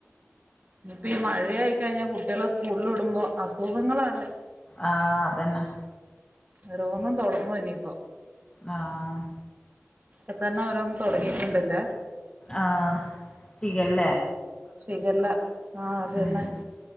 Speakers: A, on the right; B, on the left.
A: ഇപ്പൊ ഈ മഴ ആയിക്കഴിഞ്ഞ കൂ കള് സ്കൂളിൽ വിടുമ്പോൾ അസുഖങ്ങളാണ്
B: അ അതനെ
A: ഓറോന്ന് തുടങ്ങൂ ഇനിയിപ്പം
B: ആഹ്.
A: ഇപ്പനെ ഓരോന് തുടങ്ങിയിട്ടുണ്ടല്ല
B: ആ ഷിഗെല്ല
A: ഷിഗെല്ല ആ അതേലെ
B: ഉം.